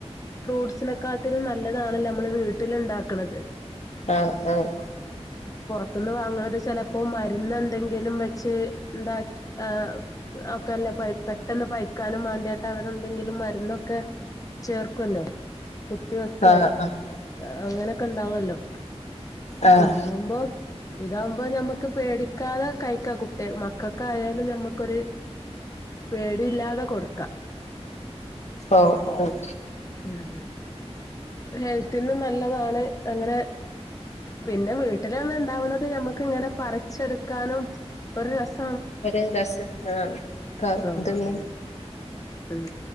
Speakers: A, on the left; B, on the left.
A: ഫ്രൂട്ടസിനെക്കാട്ടൊരു നല്ലതാണല്ലോ നമ്മള് വീട്ടില് ഇണ്ടാക്ക്ണത്
B: ആഹ് ആഹ്
A: പത്ത്ന്ന് വാങ്ങ്ന്നത് ചാല് അപ്പോ മരുന്ന് എന്തെങ്കിലും വെച്ച് ഇന്ത എഹ് ഒക്കെല്ലെ പെട്ടെന്ന് പയ്ക്കാനും മാണ്ട്യാ അവരെന്തെങ്കിലും മരുന്നൊക്കെ ചേർക്ക്വല്ലോ ത്തേക്കെ
B: ആഹ് ആഹ്
A: അങ്ങനെ ക്കെ ഇണ്ടാവൊല്ലോ
B: ആഹ്
A: ഇതാവുമ്പോ ഇതാവുമ്പോ നമ്മക്ക് പേടിക്കാതെ കഴിക്കാം കുട്ട്യേ മക്കെക്കാ ആയാലും ഞമ്മക്കൊരു പേടി ഇല്ലാതെ കൊടു ക്ക
B: ഓഹ് ഓഹ്
A: ഉം ഹെൽത്തിനും നല്ലതാണ് അങ്ങനെ പിന്നെ വീട്ടിലെന്നെ ഇണ്ടാവ്ണത് ഞമ്മക്ക് ഇങ്ങനെ പറിച്ചെടുക്കാനും ഒരു രസ
B: ഒരു രസം ആഹ് ക്ക
A: ആഹ്
B: ഇതെല്ലാം
A: ഉം ഉം